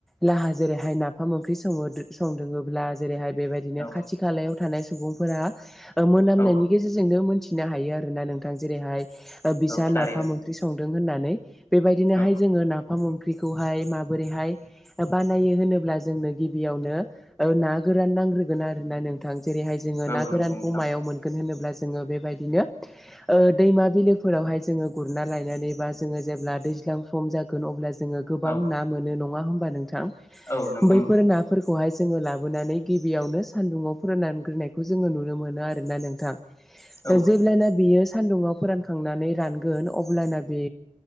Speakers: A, in the centre; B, on the left.
A: ला जेरैहाय नाफाम ओंख्रि स संदङोबब्ला जेरैहाय बेबायदिनो
B: औ
A: खाथि खालायाव थानाय सुबुंफोरा मोनामनायनि
B: औ
A: गेजेरजोंनो मोनथिनो हायो आरो ना नोंथां जेरैहाय बि
B: औ थारैनो
A: नाफाम ओं संदों होननानै बेबायदिनोाय
B: औ
A: जो नाफाम ओंख्रिखौहाय माबोरैहाय बानायो होनोब्ला जोंनो गिबियावनो गोरान नांग्रोगोन आरोना नोंथां जेरैहाय जोङो
B: औ
A: ना
B: नंगौ
A: गोरानखौ
B: नोंथां
A: मायाव मोनगोन होनोब्ला जोङो बेबायदिनो दैमा बिलोफोरावहाय जोङो गुरना लायनानै बा जोङो जेब्ला दैज्लां सम जागोन अब्ला जोङो गोबां
B: औ
A: ना मोनो नङा होम्बा नोंथां
B: औ नंगौ
A: बैफोर
B: नोंथां
A: नाफोरखौहाय जोङो लाबोनानै। गिबियावनो सान्दुङाव फोराननानैग्रोनायखौ जोङो नुनो मोनो आरोना नोंथां
B: औ
A: जेब्लाना बियो सान्दुंआव फोरानखांनानै रानगोन अब्लाना बे